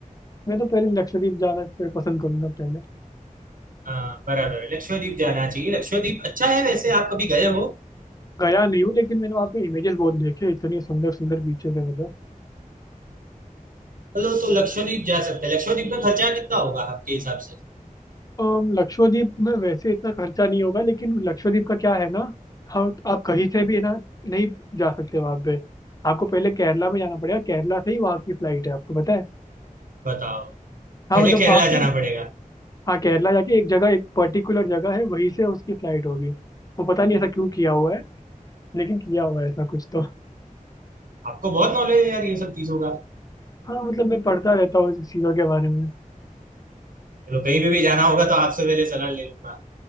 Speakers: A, on the left; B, on the right.
A: मैं तो पहले लक्षद्वीप जाना पे- पसंद करूंगा पहले
B: हाँ बराबर लक्षद्वीप जाना चाहिए लक्षद्वीप अच्छा है वैसे आप कभी गए हो
A: गया नहीं हूँ लेकिन मैंने वहाँ पे इमेजेस बहुत देखे इतनी सुंदर सुंदर बीचेस है उधर
B: चलो तो लक्षद्वीप जा सकते हैं लक्षद्वीप में खर्चा कितना होगा आपके हिसाब से
A: अम, लक्षद्वीप में वैसे इतना खर्चा नहीं होगा लेकिन लक्षद्वीप का क्या है ना हम आप कहीं से भी है ना नहीं जा सकते वहाँ पे आपको पहले केरला में जाना पड़ेगा केरला से ही वहाँ की फ्लाइट है आपको पता है
B: बताओ
A: हाँ
B: पहले
A: मतलब
B: केरला
A: वहाँ पे
B: जाना पड़ेगा
A: हाँ केरला जाके एक जगह एक पर्टिकुलर जगह है वहीं से उसकी फ्लाइट होगी वो पता नहीं ऐसा क्यों किया हुआ है लेकिन किया हुआ है ऐसा कुछ तो
B: आपको बहुत नॉलेज है यार ये सब चीजों का
A: हाँ मतलब मैं पढ़ता रहता हूँ इस चीज़ों के बारे में
B: चलो कहीं पे भी जाना होगा तो आपसे पहले सलाह ले लूंगा